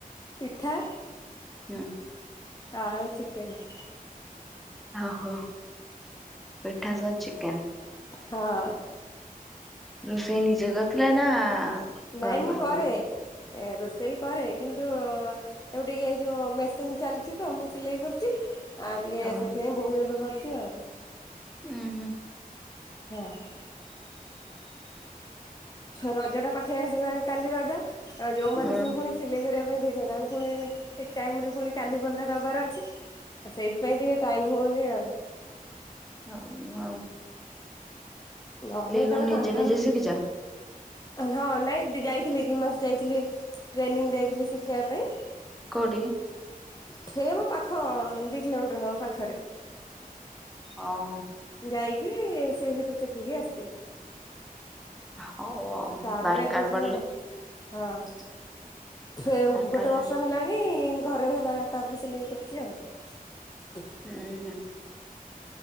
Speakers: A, on the left (about 25°); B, in the centre.
A: ପିଠା
B: ହୁଁ।
A: ଆଉ ଚିକେନେ।
B: ଓହୋ ପିଠା ସହ ଚିକେନ୍।
A: ହଁ।
B: ରୋଷେଇ ନିଜେ କରିଥିଲେ ନା
A: ନାଇଁ
B: ଘର
A: ମୁଁ
B: ଲୋକ
A: କରେ। ଏ ରୋଷେଇ କରେ କିନ୍ତୁ ଏବେ ଟିକିଏ ଯୋଉ ମେସିନ୍ ଚାଲିଚିତ ମୁଁ ସିଲେଇ କରୁଚି ଆଉ ଟିକେ
B: ଉଁ
A: ସେଇଥିପାଇଁ ବୋଉ ଏବେ କରୁଚି ଆଉ।
B: ଉଁ ହୁଁ।
A: ହଁ। ରଜଟା ପାଖେଇ ଆସିଲାଣି କାଲି ରଜା ଆଉ ଯୋଉମାନେ
B: ହଁ
A: ସବୁ ପୁଣି ସିଲେଇ କରିବା ପାଇଁ ଦେଇଚନ୍ତି ତାଙ୍କୁ ପୁଣି ଠିକ୍ ଟାଇମରେ ପୁଣି କାଲି ବନ୍ଦା ଦବାର ଅଛି। ଆଉ ସେଇଥିପାଇଁ ଟିକେ ଟାଇମ୍ ହଉନି ଆଉ।
B: ହଉ ଅ
A: ନହେଲେ ଯେତେଳେ
B: କଣ ନିଜେ
A: ଫାଙ୍କା
B: ନିଜେ
A: ରହେ
B: ଶିଖିଛ
A: ହଁ ନାଇଁ ଯାଇଥିଲି ଦିଇମାସେ ଯାଇଥିଲି ଟ୍ରେନିଂ ଯାଇଥିଲି ଶିଖିବା ପାଇଁ
B: କୋଉଠିକି?
A: ସେଇ ଆମ ପାଖ ଦିକିଲୋମିଟର ହବ ପାଖରେ।
B: ଓହୋ।
A: ଯାଇକି ସେହେଟୁ ସେଖିକି ଆସିଥିଲି।
B: ହଉ ଆଉ
A: ତାପରେ
B: ଦରକାର
A: ଏବେ ସବୁ
B: ପଡିଲେ
A: ହଁ। ଫେ
B: ଦରକାର
A: ଗୋଟେ ବର୍ଷ ହେଲାଣି ଘରେ ହେଲା ତାପରେ ସିଲେଇ କରୁଚି ଆଉ।
B: ହୁଁ ହୁଁ।